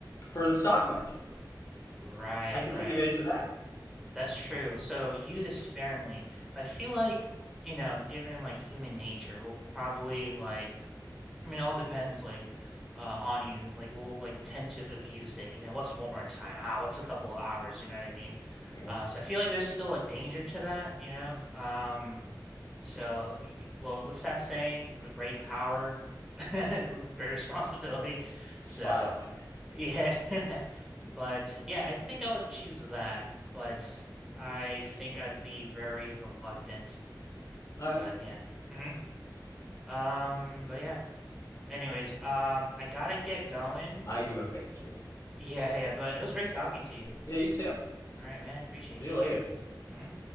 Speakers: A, on the left (about 50°); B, in the centre.
A: for the stock market,
B: Right,
A: I could
B: right.
A: take advantage of that.
B: That's true. So use it sparingly. But I feel like, you know, given like human nature, we'll probably like I mean, it all depends like uh on you. Like we'll like tend to abuse it. You know, what's one more time? Ah, what's a couple of hours, you know what I mean?
A: Yeah.
B: Uh so I feel like there's still a danger to that, you know? Um so you, c- well, what's that saying? With great power, <laughs> great responsibility.
A: Spider
B: So
A: Man.
B: Yeah. <laughs> But yeah, I think I would choose that, but I think I'd be very reluctant.
A: All right.
B: But yeah. hmm Um, but yeah. Anyways, um, I gotta get going.
A: I do have things to do.
B: <laughs> Yeah, yeah, but it was great talking to you.
A: Yeah, you too.
B: All right, man. Appreciate
A: See
B: it. Take
A: you later.
B: care. Mhm.